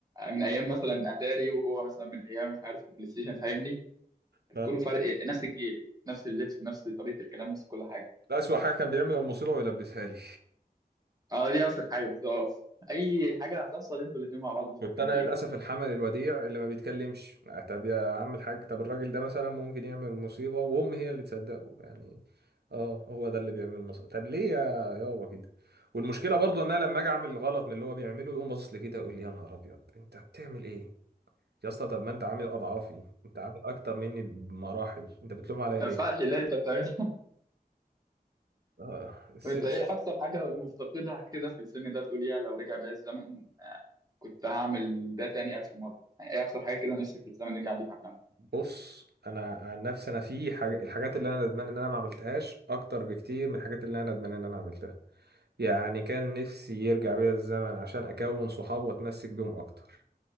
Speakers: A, on the right; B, on the right.
A: من ايام مثلا اتاري وهو مثلا من ايام مش عارف البلاي ستيشن فاهمني
B: ف-
A: تكونوا فرق نفس الجيل نفس اللبس نفس طريقه الكلام نفس كل حاجه
B: ده أسوأ حاجة كان بيعمل المصيبة ويلبسها لي
A: اه دي اوسخ حاجه بالظبط اي حاجه هتحصل انتوا الاثنين مع بعض مشاركين
B: كنت انا
A: فيها
B: للاسف الحمل الوديع اللي ما بيتكلمش آه، طب يا عم الحاج طب الراجل ده مثلا ممكن يعمل مصيبه وام هي اللي تصدقه يعني اه هو ده اللي بيعمل مصيبه طب ليه يا يابا كده والمشكله برضو ان انا لما اجي اعمل غلط من اللي هو بيعمله يقوم باصص لي كده يقول لي يا نهار ابيض انت بتعمل ايه يا اسطى طب ما انت عامل اضعافي انت عامل اكتر مني بمراحل انت بتلوم عليا
A: ما
B: ليه
A: ينفعش اللي انت بتعمله
B: اه
A: <laughs>
B: سيس
A: انت ايه اكتر حاجه مفتقدها كده في السن ده تقول يا لو رجع بيا الزمن كنت هعمل ده تاني الف مره يعني ايه اكتر حاجه كده نفسك الزمن يرجع بيك عشانها
B: بص انا عن نفسي انا في حاجه الحاجات اللي انا ندمان ان انا ما عملتهاش اكتر بكتير من الحاجات اللي انا ندمان ان انا عملتها يعني كان نفسي يرجع بيا الزمن عشان أكون صحاب وأتمسك بيهم أكتر